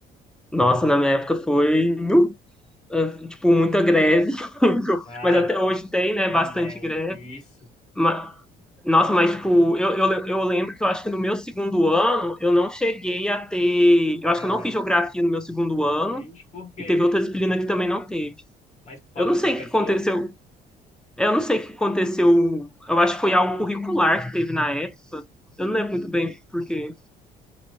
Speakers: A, in the centre; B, on the left.
A: Nossa, na minha época foi, nu, eh, tipo, muita greve, <laughs>
B: Ah,
A: mas até hoje tem, né,
B: também,
A: bastante greve.
B: isso.
A: Ma- Nossa, mas tipo, eu, eu, eu lembro que eu acho que no meu segundo ano eu não cheguei a ter. Eu acho
B: Uhum.
A: que eu não fiz geografia no meu segundo ano
B: Vixe, por quê?
A: e teve outra disciplina que também não teve.
B: Mas por falta
A: Eu não
B: de
A: sei
B: professor?
A: o que aconteceu. Eu não sei o que aconteceu. Eu acho que foi algo curricular que teve na época. Eu não lembro muito bem por quê.